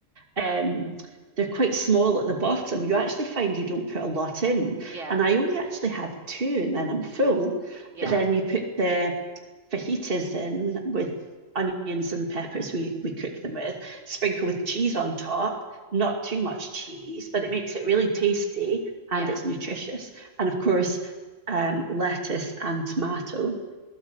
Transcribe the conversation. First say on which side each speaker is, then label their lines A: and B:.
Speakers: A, on the right (about 45°); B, on the right (about 70°).
A: um, they're quite small at the bottom, you actually find you don't put a lot in.
B: Yeah.
A: And I only actually have two, and then I'm full.
B: Yeah.
A: But then you put the fajitas in with onions and peppers we, we cook them with, sprinkle with cheese on top, not too much cheese, but it makes it really tasty
B: Yeah.
A: and it's nutritious. And of course, um, lettuce and tomato.